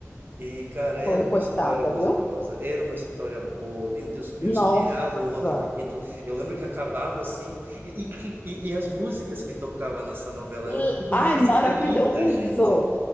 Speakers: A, on the right; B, on the left.
A: E, cara, era
B: foi,
A: uma
B: coitada,
A: história gostosa,
B: viu?
A: era uma história boa. Meu Deus,
B: Nossa.
A: eu esperava o outro capítulo. Eu lembro que acabava assim, e, e, e- e as músicas que tocava nessa novela
B: L-
A: eram tudo
B: Ai,
A: música
B: maravilhoso.
A: linda, gente.